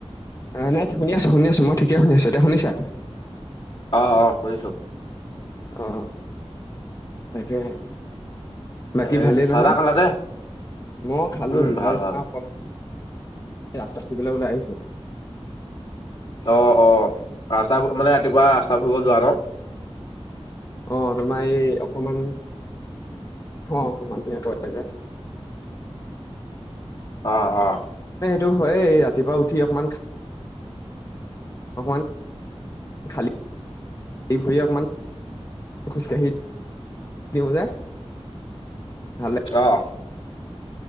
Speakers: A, on the left; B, on the left.
A: অ', নাই শুনি আছো শুনি আছো মই ঠিকে শুনি আছো এতিয়া শুনিছা?
B: অ অ শুনিছো
A: অ তাকে বাকী
B: হেৰি
A: ভালেই
B: চাহ
A: নহয়
B: তাহ খালানে?
A: মই খালো
B: উম,
A: খাই
B: ভাল
A: পমাই
B: ভাল।
A: অকমান <unintelligible> আহিছো
B: অ', অ' ৰাস্তা মানে ৰাতিপুৱা ৰাস্তা ফুৰিব যোৱা ন।
A: অ', তোমাৰ এই অকমান <inaudible> মানুহে কয় যে।
B: <inaudible> অ', অ'।
A: টো হয় ৰাতিপুৱা উঠি অকমান অকমান খালী এই ভৰি অকমান খোজকাাঢ়ি দিওঁ যে ভাল
B: আহ